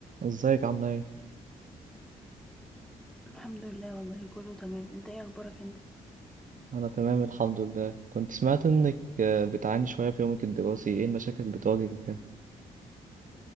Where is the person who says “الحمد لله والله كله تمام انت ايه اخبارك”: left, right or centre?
Centre